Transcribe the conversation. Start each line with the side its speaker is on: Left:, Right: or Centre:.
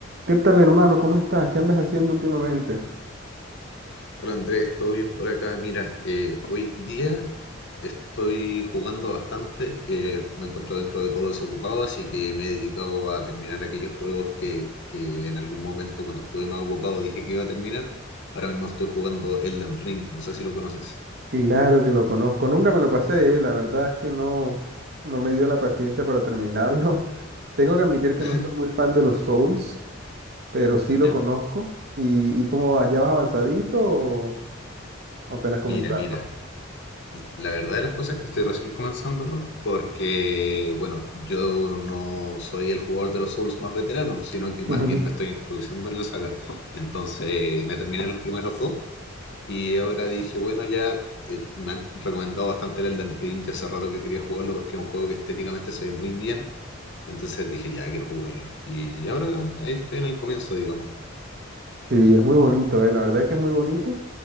Right: ¿Qué tal, hermano? ¿Cómo estás? ¿Qué andas haciendo últimamente?
Left: Hola Andrés, ¿todo bien por acá? Mira, eh, hoy en día estoy jugando bastante, eh, me encuentro dentro de todo desocupado, así que me he dedicado a terminar aquellos juegos que, que en algún momento cuando estuve más ocupado dije que iba a terminar. Ahora mismo estoy jugando Elden Ring, no sé si lo conoces.
Right: Claro que lo conozco. Nunca me lo pasé, eh. La verdad es que no, no me dio la paciencia para terminarlo. <laughs> Tengo que admitir que
Left: <laughs>
Right: no soy muy fan de los Souls, pero sí lo
Left: ¿Ya?
Right: conozco. ¿Y, y cómo vas? ¿Ya vas avanzadito o apenas comenzando?
Left: Mira, mira, La verdad de las cosas es que estoy recién comenzándolo porque, bueno, yo no soy el jugador de los Souls más veterano, sino que más
Right: <laughs>
Left: bien me estoy introduciendo en la saga. Entonces me terminé los primeros dos y ahora dije, bueno, ya eh, me han recomendado bastante el Elden Ring, ya hace rato que quería jugarlo porque es un juego que estéticamente se ve muy bien. Entonces dije, ya quiero jugarlo. Y ahora ahí estoy en el comienzo, digamos.
Right: Sí, es muy bonito, eh. La verdad es que es muy bonito.